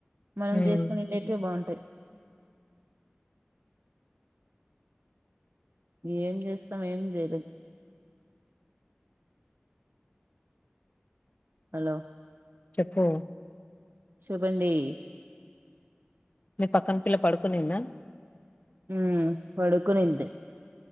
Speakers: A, on the right (about 70°); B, on the left (about 40°).
A: మనం
B: ఉమ్
A: చేసుకునే రేట్లు బాగుంటాయ్ ఏం జేస్తాం ఏం జేయలేం హలో
B: చెప్పూ
A: చెప్పండీ
B: మీ పక్కన పిల్ల పడుకునిందా
A: మ్ పడుకునింది